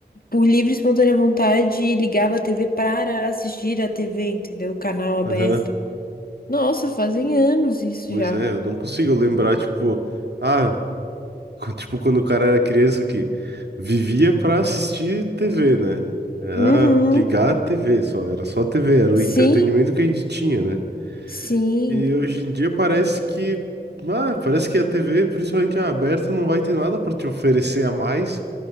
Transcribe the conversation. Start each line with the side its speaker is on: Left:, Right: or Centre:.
Left: por livre e espontânea vontade, ligava a TV para assistir a TV, entendeu? O canal aberto.
Right: aham,
Left: Nossa, fazem anos isso
Right: pois
Left: já.
Right: é, eu não consigo lembrar, tipo, ah, co- tipo quando o cara era criança que vivia pra assistir TV, né? Era
Left: Uhum.
Right: ligar a TV só, era só TV, era o
Left: Sim,
Right: entretenimento que a gente tinha, né?
Left: sim.
Right: E hoje em dia parece que, ah, parece que a TV, principalmente a aberta, não vai ter nada pra te oferecer a mais